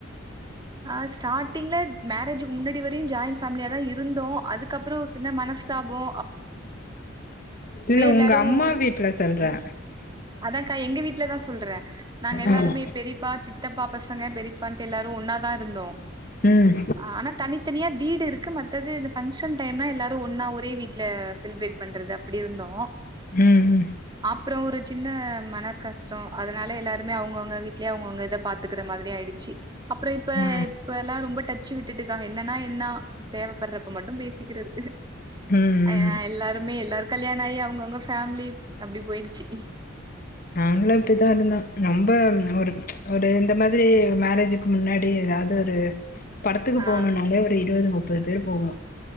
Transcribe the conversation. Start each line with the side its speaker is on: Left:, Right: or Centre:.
Right: ஆஹ் ஸ்டாட்டிங்ல மேரேஜ்கு முன்னாடி வரையு ஜாயின்ட் ஃபேமிலியா தா இருந்தோ அதுகப்றோ சின்ன மனஸ்தாபோ
Left: இல்ல உங்க
Right: எல்லாரும்
Left: அம்மா வீட்ல சொல்றே
Right: அதாங்கா எங்க வீட்ல தா சொல்றே நாங்க எல்லாருமே
Left: ஆமா
Right: பெரிப்பா சித்தப்பா பசங்க பெரியபான்ட்டு எல்லாரு ஒன்னாதா இருந்தோ
Left: ம்
Right: ஆனா தனி தனியா வீடு இருக்கு மத்தது இந்த ஃபங்க்ஷன் டைம்னா எல்லாரு ஒன்னா ஒரே வீட்ல செலிப்ரேட் பண்றது அப்டி இருந்தோ
Left: ம் ம்
Right: அப்றோ ஒரு சி ன்ன மனக் கஷ்டோ அதனால எல்லாருமே அவுங்கவுங்க வீட்லே அவுங்கவுங்க இத பாத்துக்குற மாதிரி ஆயிடுச்சு அப்றோ இப்ப
Left: ஆ
Right: இப்பல்லா ரொம்ப டச்சு விட்டுட்டுக்கா என்னன்னா என்னா தேவப்படுறப்ப மட்டு பேசிக்குறது
Left: ம்
Right: ஆ
Left: ம்
Right: எல்லாருமே எல்லாரு கல்யாணாயி அவுங்கவுங்க ஃபேமிலி அப்டி போயிடுச்சி
Left: நாங்களு இப்டிதா இருந்தோ ரொம்ப ஒரு ஒரு இந்த மாதிரி மேரேஜுக்கு முன்னாடி எதாது ஒரு படத்துக்கு
Right: ஆ
Left: போணுனாலே ஒரு இருவது முப் ப்பது பேர் போவோ